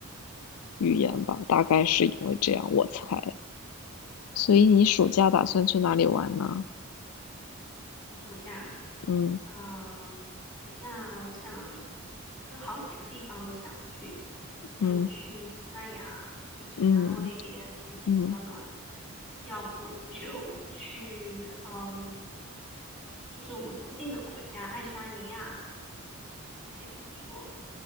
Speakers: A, on the left; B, in the centre.
A: 语言吧，大概是因为这样，我才。所以你暑假打算去哪里玩呢？
B: 我暑假，
A: 嗯
B: 呃，暑假我想就好几个地方都想去，要么去西班牙，
A: 嗯
B: 就是南欧那边天气比较暖，
A: 嗯嗯，
B: 要不就去，嗯，就是我们附近的国家，爱沙尼亚也不错，